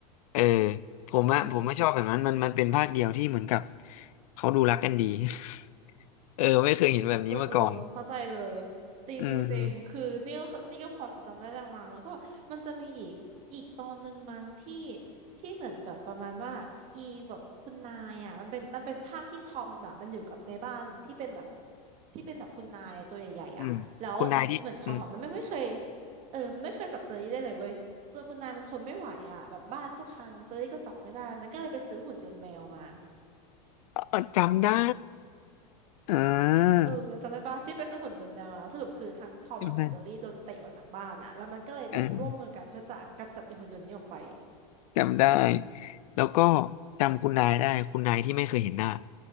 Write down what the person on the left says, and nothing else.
เออผมอะผมไม่ชอบแบบนั้นมันมันเป็นภาคเดียวที่เหมือนกับ
เขาดูรักกันดี <laughs> เออไม่เคยเห็นแบบนี้มาก่อน
อืม
อืมคุณนายที่อืม
ออจำได้อ่า
จำได้อืม จำได้ แล้วก็จำคุณนายได้คุณนายที่ไม่เคยเห็นหน้า